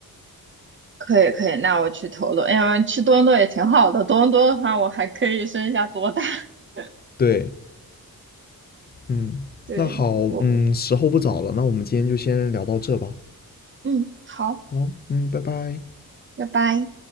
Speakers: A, on the right; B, on the left.
A: 可以可以，那我去投投。哎呀，去多伦多也挺好的，多伦多的话，我还可以升一下多大。<laughs>
B: 对，嗯，
A: 对。
B: 那好，
A: 我。
B: 嗯，时候不早了，那我们今天就先聊到这吧。
A: 嗯，好。
B: 好，嗯，拜拜。
A: 拜拜。